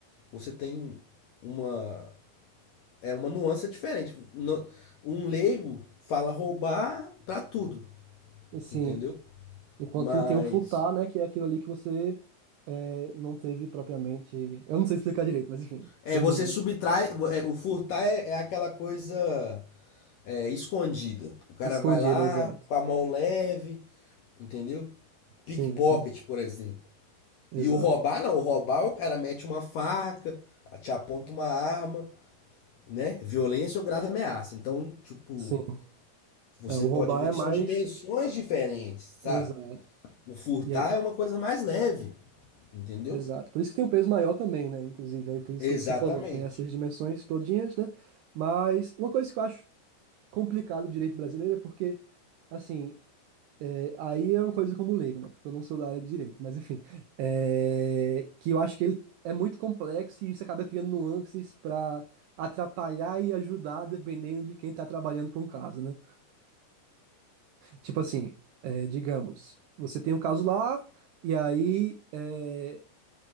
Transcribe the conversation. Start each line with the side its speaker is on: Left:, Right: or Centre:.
Left: você tem uma é uma nuance diferente. No- Um leigo fala roubar pra tudo,
Right: Assim.
Left: entendeu?
Right: Enquanto
Left: Mas.
Right: tem o furtar, né? Que é aquilo ali que você é, não teve propriamente. Eu não sei explicar direito, mas enfim,
Left: É,
Right: se eu
Left: você
Right: não me engano.
Left: subtrai. é, o furtar é, é aquela coisa é, escondida. O cara
Right: Escondido,
Left: vai lá
Right: exato.
Left: com a mão leve, entendeu?
Right: Sim,
Left: Pickpocket,
Right: sim,
Left: por exemplo.
Right: exato.
Left: E o roubar, não. O roubar, o cara mete uma faca, te aponta uma arma, né? Violência ou grave ameaça. Então, tipo,
Right: Sim.
Left: você
Right: É, o
Left: pode
Right: roubar
Left: ver
Right: é
Left: que
Right: mais.
Left: são dimensões diferentes, sabe?
Right: Exato.
Left: O furtar
Right: E aí,
Left: é uma coisa mais leve, entendeu?
Right: exato. Por isso que tem um peso maior também, né? Inclusive, aí por isso
Left: Exatamente.
Right: que é que você falou, tem essas dimensões todinhas, né? Mas uma coisa que eu acho complicado do direito brasileiro é porque, assim, Aí é uma coisa como leigo, né? Porque eu não sou da área de direito, mas enfim. É, Que eu acho que ele é muito complexo e isso acaba criando nuances para atrapalhar e ajudar, dependendo de quem tá trabalhando com o caso, né? Tipo assim, é, digamos, você tem um caso lá, e aí, é,